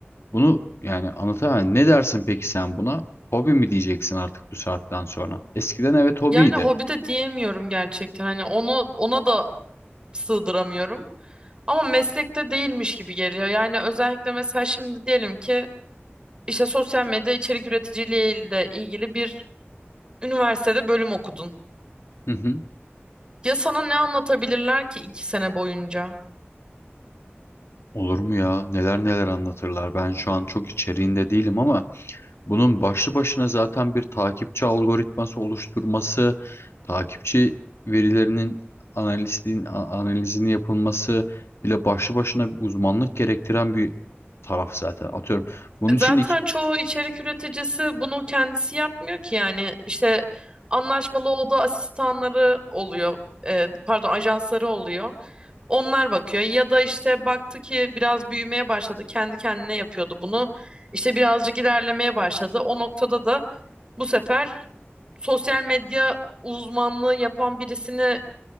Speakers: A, on the left (about 85°); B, on the right (about 25°).
A: Bunu yani anlatamam. Ne dersin peki sen buna? Hobi mi diyeceksin artık bu saatten sonra? Eskiden evet hobiydi.
B: Yani hobi de diyemiyorum gerçekten. Hani onu ona da sığdıramıyorum. Ama meslekte değilmiş gibi geliyor. Yani özellikle mesela şimdi diyelim ki işte sosyal medya içerik üreticiliği ile ilgili bir üniversitede bölüm okudun.
A: Hı hı.
B: Ya sana ne anlatabilirler ki iki sene boyunca?
A: Olur mu ya? Neler neler anlatırlar. Ben şu an çok içeriğinde değilim ama Bunun başlı başına zaten bir takipçi algoritması oluşturması, takipçi verilerinin analistliğin a- analizini yapılması bile başlı başına bir uzmanlık gerektiren bir taraf zaten. Atıyorum. Bunun
B: Zaten
A: için ilk
B: çoğu içerik üreticisi bunu kendisi yapmıyor ki yani işte anlaşmalı olduğu asistanları oluyor e, pardon ajansları oluyor onlar bakıyor ya da işte baktı ki biraz büyümeye başladı kendi kendine yapıyordu bunu işte birazcık ilerlemeye başladı o noktada da bu sefer sosyal medya uzmanlığı yapan birisini